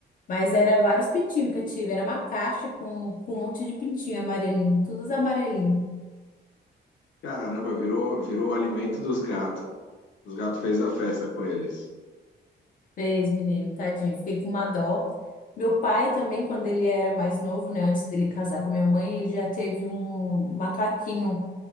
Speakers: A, on the left; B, on the left.
A: Mas era vários pintinhos que eu tive, era uma caixa com, com um monte de pintinho amarelinho, todos amarelinhos.
B: Caramba, virou, virou alimento dos gatos. Os gatos fez a festa com eles.
A: Fez, menino, tadinho, fiquei com uma dó. Meu pai também, quando ele era mais novo, né, antes dele casar com a minha mãe, ele já teve um macaquinho.